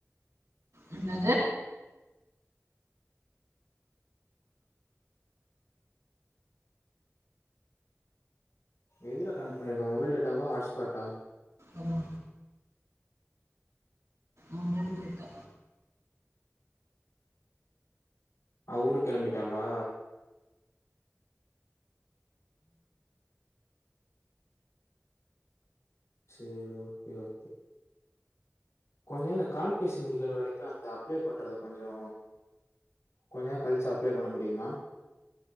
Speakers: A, on the right; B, on the left.
A: என்னது
B: எதுல கனெக்ட் பண்ணியிருக்க மொபைல் டேட்டாவா ஹாட்ஸ்பாட்டா
A: ஆமா, அப்படின்னு கேட்டா
B: அவ ஊரு கெளம்பிட்டாளா சரி ஓகே ஓகே கொஞ்சம நேர அந்த கால் பேசி முடிக்கிற வரைக்கும் அந்த அப்ளை பண்றது கொஞ்சோ கொஞ்சோ நேர கழிச்சி அப்ளை பண்ண முடியுமா